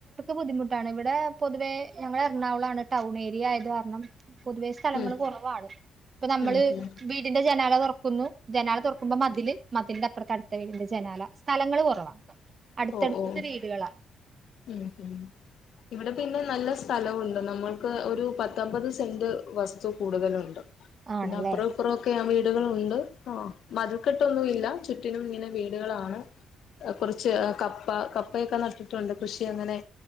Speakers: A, on the right (about 25°); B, on the left (about 60°).
A: ബുദ്ധിമുട്ടാണ് ഇവിടെ പൊതുവെ ഞങ്ങ എറണാകുളാണ് ടൗൺ ഏരിയ ആയത് കാർ ണം പൊതുവെ സ്ഥലങ്ങൾ
B: ഉം
A: കു റവാണ് ഇപ്പൊ നമ്മള്
B: ഉം ഉം
A: വീടിന്റെ ജനാല തോ <unintelligible> ജനാല തൊ ർ ക്കുമ്പോ മതില് മതില്ലപ് പ കർത്തവിരിന്റെ ജനാ ല സ്ഥലങ്ങൾ കുറവാ അടുത്തടുത്ത്
B: ഓ ഓ
A: വീടുകളാ
B: ഉം ഇവിടെ പിന്നെ നല്ല സ്ഥലവുംണ്ട് നമ്മൾക്ക് ഒരു പത്തൊമ്പത് സെന്റ് വസ്തു കൂടുതലുണ്ട്
A: ആണല്ലേ
B: പിന്നെ അപ്പുറോം ഇപ്പുറോ ക്കെ വീട് കൾ ഉണ്ട് ആ മതിൽക്കെട്ടൊന്നും ഇല്ല ചുറ്റിനും ഇങ്ങനെ വീടുകളാണ് കുറച്ച് ക പ്പ കപ്പയൊക്കെ നട്ടിട്ടുണ്ട് കൃഷി അങ്ങനെ